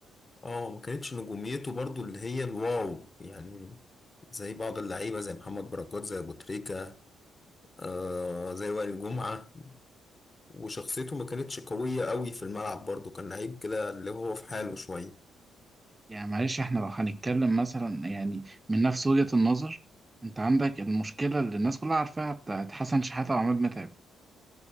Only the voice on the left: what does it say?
اه ما كانتش نجوميته برضو اللي هي الواو يعني زي بعض اللعيبه زي محمد بركات زي ابو تريكه آه زي وائل جمعه وشخصيته ما كانتش قويه قوي في الملعب برضو كان لعيب كده اللي هو في حاله شويه